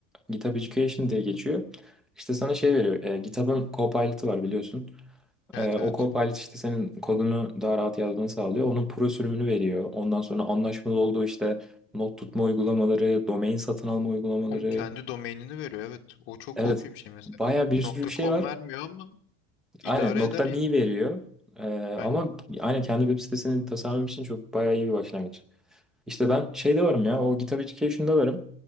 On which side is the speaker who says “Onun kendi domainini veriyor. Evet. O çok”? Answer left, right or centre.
Left